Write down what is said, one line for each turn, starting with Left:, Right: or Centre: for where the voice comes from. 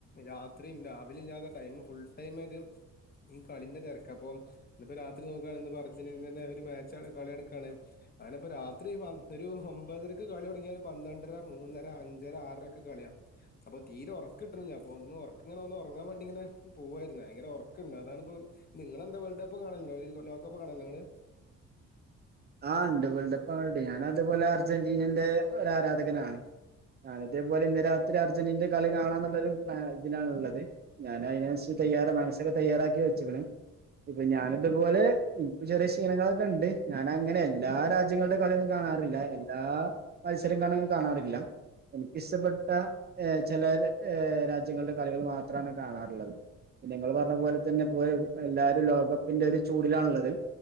Left: രാത്രിം രാവിലില്ലാതെ ടൈംമ് ഫുൾ ടൈമരും ഈ കളിന്റെ തെര്ക്ക അപ്പൊ ഇന്ന് പ്പോ രാത്രി നോക്കാണ് ഇന്ന്പ്പോ അർജന്റീന് ന് ന്ന്ന്റെ ഒരു മാച്ച കള്യട്ക്കാണ്. ഞാന്പ്പോ രാത്രി പ ഒരു ഒ മ്പതരക്ക് കള്യൊട്ങ്ങ്യാ ഒരു പന്ത്രണ്ടര മൂന്നര അഞ്ചര ആറരൊക്കെ കള്യാ. അപ്പോ തീരെ ഓർക്ക്ട്ട്ണ്ല്ല്യ പ്പോ ഒന്ന് ഓർക്ക്ങ്ങനെ ഒന്നൊറങ്ങാ വേണ്ടിങ്ങനെ പോവായിര്ന്നു വയങ്കര ഓർക്ക്ണ്ട് അതാണ്പ്പം നിങ്ങളെന്താ വേൾഡ് കപ്പ് കാണല്ണ്ടോ ഈ ലോകകപ്പ് കാണല്ണ്ടോ ങ്ങള്?
Right: ആഹ് ണ്ട് വേൾഡ് കപ്പ് കാണൽണ്ട് ഞാനത്പോലെ അർജന്റീനന്റെ ഒരാരാധകനാണ്. അന്നത്തെ പോലെ ഇന്ന് രാത്രി അർജന്റീനന്റെ കളി കാണാന്ന്ള്ളൊരു പ്ലാ ഇതിലാണ്ള്ളത്. ഞാനയ്നെൻസ് തെയ്യാറാ മൻസ്സ് സൊക്കെ തയ്യാറാക്കി വെച്ക്ക്ണ് ഇപ്പൊ ഞാന് ത്പോലെ ഇൻക്ക് ചെറ്യേ ക്ഷീണങ്ങളൊക്കെ ണ്ട്. ഞാനങ്ങനെ എല്ലാ രാജ്യങ്ങൾടെ കള്യൊന്നും കാണാറില്ല. എല്ലാ മത്സരം ന്താണ് കാണാറില്ല. എനിക്കിഷ്ടപ്പെട്ട ഏഹ് ചെല ഏഹ് രാജ്യങ്ങൾടെ കളികള് മാത്രാണ് കാണാറ്ള്ളത്. പിന്നെ ഇങ്ങള് പർഞ്ഞ പോലെ തന്നെ പോ എല്ലാരും ലോകകപ്പിന്റെ ഒരു ചൂടിലാണ്ള്ളത്.